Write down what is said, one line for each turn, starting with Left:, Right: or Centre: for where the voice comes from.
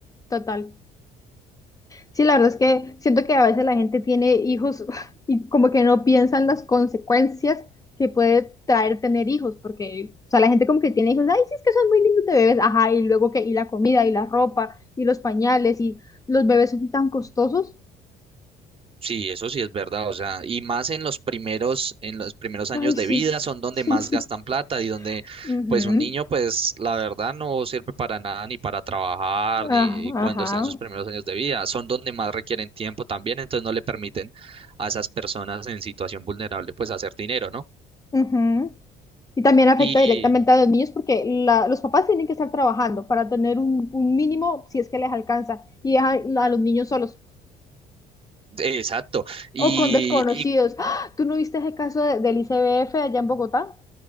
Left: total. Sí, la verdad es que siento que a veces la gente tiene hijos <laughs> y como que no piensan las consecuencias que puede traer tener hijos, porque, o sea, la gente como que tiene hijos, ay, sí, es que son muy lindos de bebés, ajá, y luego que, y la comida, y la ropa, y los pañales, y los bebés son tan costosos.
Right: Sí, eso sí es verdad, o sea, y más en los primeros, en los primeros años
Left: Ay,
Right: de
Left: sí,
Right: vida son donde
Left: sí.
Right: más
Left: <laughs>
Right: gastan plata y donde,
Left: Ujú.
Right: pues, un niño, pues, la verdad no sirve para nada, ni para trabajar,
Left: Ah,
Right: ni cuando
Left: Ajá,
Right: está en sus primeros años de vida, son donde más requieren tiempo también, entonces no le permiten a esas personas en situación vulnerable, pues, hacer dinero, ¿no?
Left: ujú. Y también afecta
Right: Y,
Left: directamente a los niños porque la- los papás tienen que estar trabajando para tener un, un mínimo, si es que les alcanza, y dejan a los niños solos.
Right: exacto, y,
Left: O con desconocidos. ¡Ah! ¿Tú no viste ese caso de- del ICBF allá en Bogotá?